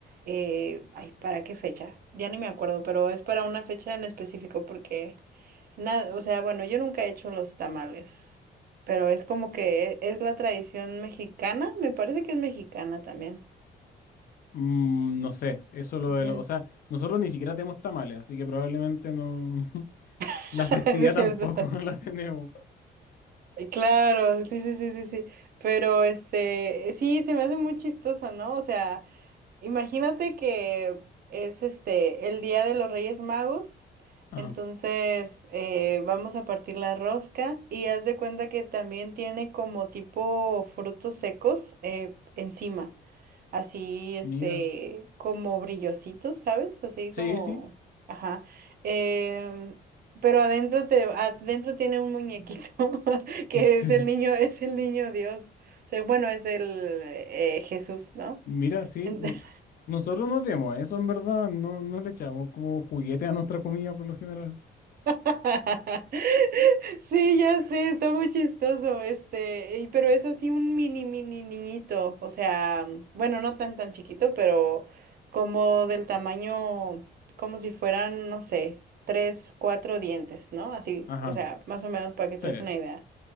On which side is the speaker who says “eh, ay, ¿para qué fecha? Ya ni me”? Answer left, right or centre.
Right